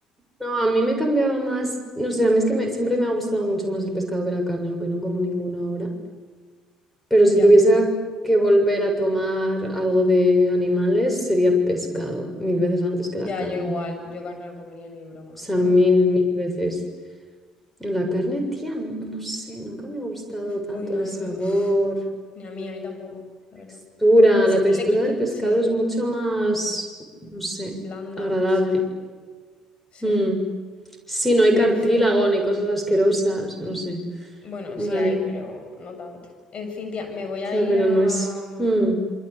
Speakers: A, in the centre; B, on the left.
A: no, a mí me cambiaba más, no sé, a mí es que me- siempre me ha gustado mucho más el pescado que la carne, aunque no como ninguno ahora. Pero
B: Ya.
A: si tuviese que volver a tomar algo de animales, sería pescado, mil veces antes que
B: Ya,
A: la carne.
B: yo igual, yo carne no comería ni de broma,
A: O sea,
B: o sea,
A: mil, mil veces. La carne, tía, no, no sé, nunca me ha gustado tanto
B: uy, no,
A: el
B: a
A: sabor,
B: uf, ni a mí, a mí tampoco, la
A: textura.
B: verdad. Y
A: La
B: siempre
A: textura
B: le quita,
A: del pescado
B: sí,
A: es mucho más, no sé,
B: blanda,
A: agradable.
B: no sé, sí.
A: Mm. Sí, no hay cartílago
B: En fin,
A: ni cosas asquerosas, no sé.
B: bueno,
A: Vale.
B: sí hay, pero no tanto. En fin, tía, me voy a
A: Tía,
B: ir
A: pero
B: a,
A: no es...
B: mm,
A: Mm,